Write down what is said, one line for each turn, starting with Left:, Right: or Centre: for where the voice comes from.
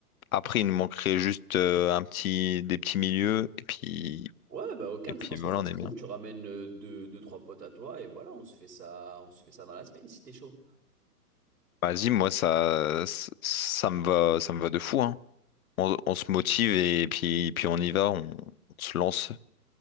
Left: Après, il nous manquerait juste euh, un petit, des petits milieux, et puis,
Right: Ouais, bah aucun,
Left: et puis
Right: je pense
Left: voilà,
Right: que ça
Left: on
Right: se
Left: est bien.
Right: trouve. Tu ramènes euh, deux, deux, trois potes à toi et voilà, on se fait ça, on se fait ça dans la semaine si t'es chaud.
Left: Vas-y, moi ça, ça ça me va, ça me va de fou, hein. On, on se motive et puis, puis on y va, on, on se lance